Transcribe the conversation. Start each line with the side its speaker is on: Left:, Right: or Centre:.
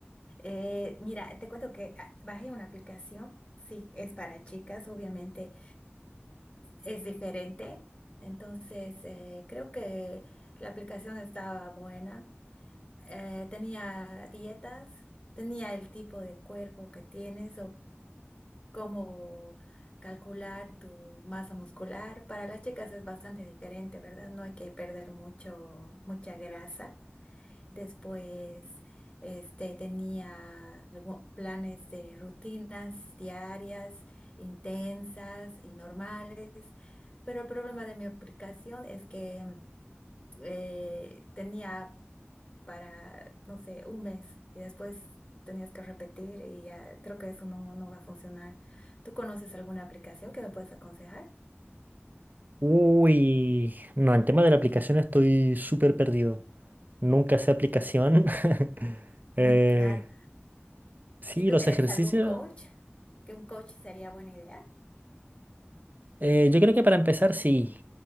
Left: Eh, mira, te cuento que ah, bajé una aplicación, sí, es para chicas, obviamente es diferente. Entonces, eh, creo que la aplicación estaba buena. Eh, tenía dietas, tenía el tipo de cuerpo que tienes o cómo calcular tu masa muscular. Para las chicas es bastante diferente, ¿verdad? No hay que perder mucho, mucha grasa. Después, este, tenía algo- planes de rutinas diarias, intensas y normales, pero el problema de mi aplicación es que eh, tenía para, no sé, un mes y después tenías que repetir y ya creo que eso no, no va a funcionar. ¿Tú conoces alguna aplicación que me puedes aconsejar?
Right: Uy, no, en tema de la aplicación estoy súper perdido. Nunca sé aplicación. <laughs> Eh,
Left: <laughs> Claro.
Right: sí,
Left: ¿Y tú
Right: los
Left: crees
Right: ejercicios.
Left: algún coach? ¿Que un coach sería buena idea?
Right: eh, yo creo que para empezar, sí,